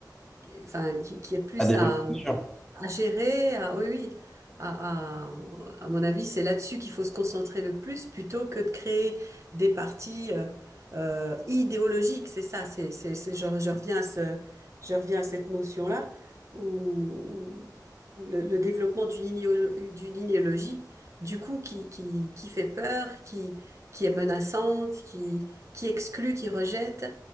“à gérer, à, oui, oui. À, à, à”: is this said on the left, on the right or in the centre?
Right